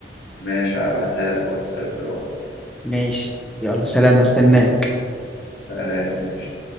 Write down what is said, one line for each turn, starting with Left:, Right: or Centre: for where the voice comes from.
Left: ماشي هبعتها لك واتساب دلوقتي
Centre: ماشي يلا سلام
Left: اتفقنا
Centre: استناك
Left: سلام ماشي